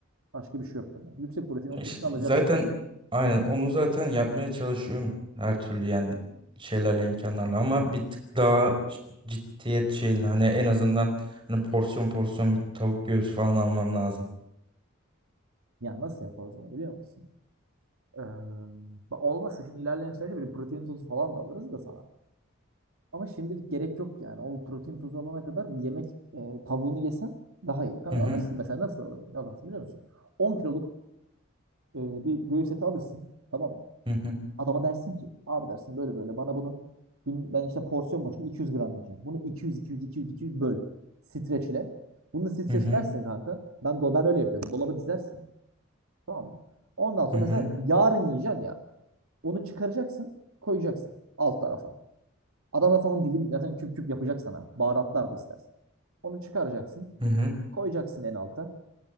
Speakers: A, on the right; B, on the right.
A: Başka bir şey yok bunda. Yüksek protein o
B: İşte
A: kesin alacaksın.
B: zaten aynen onu zaten yapmaya çalışıyorum. Her türlü yani şeylerle imkanlarla ama bir tık daha ciddiyet şeyinde hani en azından hani porsiyon porsiyon bir tavuk göğsü falan almam lazım.
A: Ya nasıl yaparız onu biliyor musun? Ee, olmazsa şimdi ilerleyen süreçte böyle protein tozu falan da alırız da sana. Ama şimdilik gerek yok yani. O protein tozu alana kadar bir yemek e, tavuğunu yesen daha iyi. Kanka
B: Hı hı.
A: alırsın mesela nasıl alırsın? Alırsın biliyor musun? 10 kiloluk e, bir göğüs eti alırsın. Tamam mı?
B: Hı hı.
A: Adama dersin ki abi dersin böyle böyle bana bunu gün ben işte porsiyon başına 200 gram yiyeceğim. Bunu 200 200 200 200 böl. Streçle. Bunu da streçlersin
B: Hı hı.
A: kanka. Ben do- ben öyle yapıyordum. Dolaba dizersin. Tamam mı? Ondan sonra
B: Hı hı.
A: mesela yarın yiyeceksin ya. Onu çıkaracaksın, koyacaksın alt tarafa. Adam zaten onu dilim zaten küp küp yapacak sana. Baharatlar da istersen. Onu çıkaracaksın,
B: Hı hı.
A: koyacaksın en alta.